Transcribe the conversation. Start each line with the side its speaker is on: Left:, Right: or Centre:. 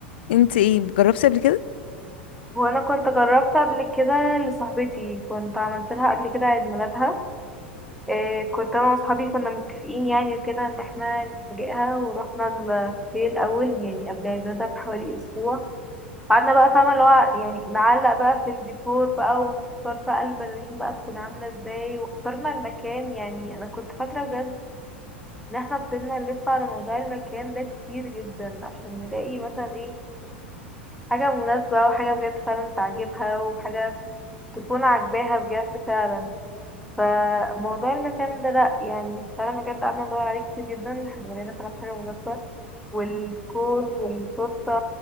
Left: انت ايه جربتي قبل كده
Centre: وانا كنت جربت قبل كده لصاحبتي كنت عملت لها قبل كده عيد ميلادها آه، كنت انا واصحابي كنا متفقين يعني وكده ان احنا نفاجئها ورحنا الكافيه الاول يعني قبل عيد ميلادها بحوالي اسبوع قعدنا بقى فاهمة اللي هو يعني نعلق بقى في الديكور بقى ونختار بقى البلالين بقى تكون عاملة ازاي واخترنا المكان يعني انا كنت فاكرة بجد ان احنا فضلنا نلف على موضوع المكان ده كتير جدا عشان نلاقي مثلا ايه حاجة مناسبة وحاجة بجد فعلا تعجبها وحاجة تكون عاجباها بجد فعلا فموضوع المكان ده لأ يعني فعلا بجد قعدنا ندور عليه كتير جدا لحد ما لقينا فعلا حاجة مناسبة والديكور والتورتة